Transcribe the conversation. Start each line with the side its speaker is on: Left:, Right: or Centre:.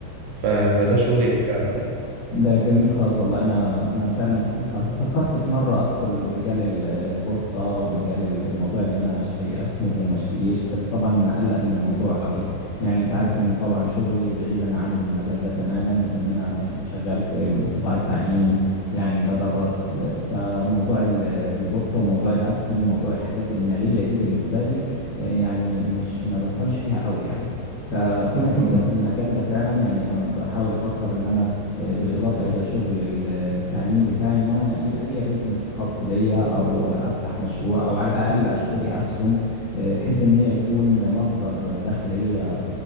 Right: ف... فده شغل فعلا يعني
Left: ده جميل خالص والله انا انا فعلا ك- ف- فكرت في مره ادخل مجال ال- البورصه ومجال الموضوع ان انا اشتري اسهم وما اشتريش بس طبعا مقلق من الموضوع قوي يعني انت عارف ان طبعا شغلي بعيدا عن المجال ده تماما ان انا يعني شغال في قطاع التعليم يعني بدرس آه، فموضوع ال- البورصه وموضوع الاسهم وموضوع الحاجات الماليه دي بالنسبه لي آه، يعني مش ما بفهمش فيها قوي يعني فكونك انت
Right: مم.
Left: في المجال ده فعلا يعني انا بحاول افكر ان انا آه، بالإضافة إلى شغل ال- التعليم بتاعي إن أنا يبقى ليا بيزنس خاص بيا أو أفتح مشروع أو على الأقل أشتري أسهم آه، بحيث إن هي يكون مصدر دخل ليا